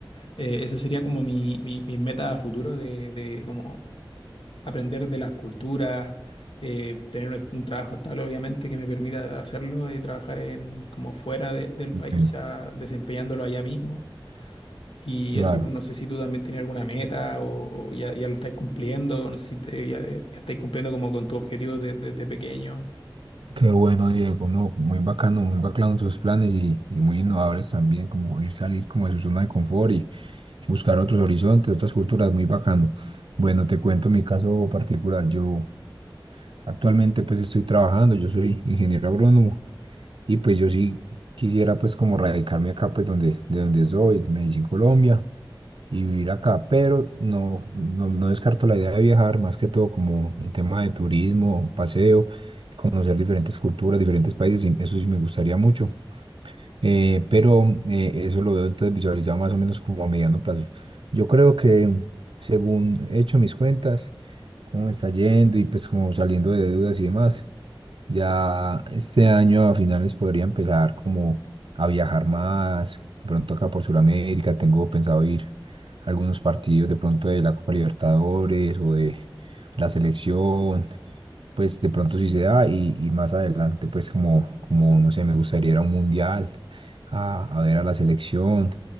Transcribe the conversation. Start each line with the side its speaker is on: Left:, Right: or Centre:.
Left: eh, esa sería como mi, mi, mi meta a futuro de, de como aprender de las culturas. eh, tener un, un trabajo estable, obviamente, que me permita hacerlo y trabajar en como fuera de- del
Right: bueno,
Left: país, quizá desempeñándolo allá mismo. Y
Right: claro.
Left: eso, no sé si tú también tenías alguna meta o o ya, ya lo estáis cumpliendo, no sé si te- ya, ya estáis cumpliendo como con tu objetivo de- desde pequeño.
Right: Qué bueno, Diego, no, muy bacano, muy bacano tus planes y, y muy innovadores también, como ir salir como de su zona de confort y buscar otros horizontes, otras culturas, muy bacano. Bueno, te cuento mi caso particular. Yo actualmente pues estoy trabajando, yo soy ingeniero agrónomo Y pues yo sí quisiera pues como radicarme acá pues donde, de donde soy, de Medellín, Colombia, y vivir acá, pero no, no, no descarto la idea de viajar, más que todo como un tema de turismo, paseo, conocer diferentes culturas, diferentes países, y eso sí me gustaría mucho, Eh, pero eh, eso lo veo entonces visualizado más o menos como a mediano plazo. Yo creo que según he hecho mis cuentas, cómo me está yendo y pues como saliendo de deudas y demás. Ya este año a finales podría empezar como a viajar más, de pronto acá por Sudamérica, tengo pensado ir a algunos partidos de pronto de la Copa Libertadores o de la selección, pues de pronto si se da y, y más adelante pues como, como, no sé, me gustaría ir a un mundial, a, a ver a la selección,